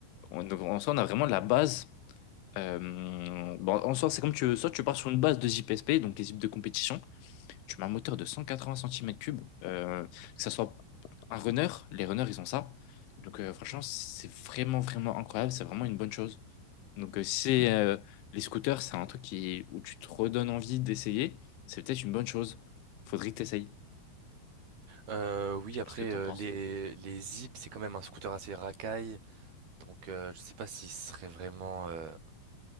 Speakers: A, on the left; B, on the right.
A: on- donc, en soi, on a vraiment la base Euh, bon, en soi, c'est comme tu veux. Soit tu pars sur une base de JPSP, donc les zips de compétition. Tu mets un moteur de 180 cm3. que ça soit un runner, les runners, ils ont ça. Donc, euh, franchement, c'est vraiment, vraiment incroyable. C'est vraiment une bonne chose. Donc, euh, si c'est, euh, les scooters, c'est un truc qui, où tu te redonnes envie d'essayer, c'est peut-être une bonne chose. Faudrait que tu essayes.
B: Euh, oui,
A: Je sais
B: après,
A: pas ce que tu
B: euh,
A: en penses.
B: les, les Zip, c'est quand même un scooter assez racaille, donc euh, je sais pas si ce serait vraiment, euh,